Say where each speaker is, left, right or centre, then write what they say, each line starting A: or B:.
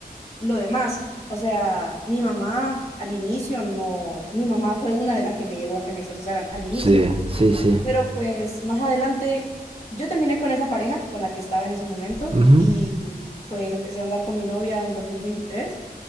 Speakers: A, on the left; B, on the right.
A: lo demás. O sea, mi mamá al inicio no, mi mamá fue una de las que me llevó a que me exorcizaran al inicio.
B: Sí, sí, sí.
A: Pero pues más adelante yo terminé con esa pareja con la que estaba en ese momento
B: Ujú.
A: y pues empecé a andar con mi novia en 2023